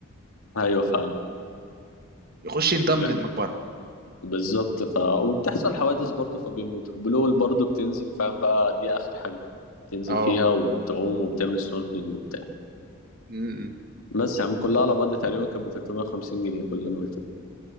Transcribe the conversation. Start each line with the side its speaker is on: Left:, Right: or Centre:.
Left: ايوه فاهم
Right: يخش ينضم
Left: م-
Right: للمقبره
Left: بالظبط ف وبتحصل حوادث برضو فبيموتوا البلوول برضو بتنزل فاهم بقى دي اخر حاجه بتنزل
Right: اه
Left: فيها وبتعوم وبتعمل سنوركلينج وبتاع
Right: امم
Left: بس يا عم كلها على بعض تقريبا كانت ب 350 جنيه كل اللي انا قلته ده.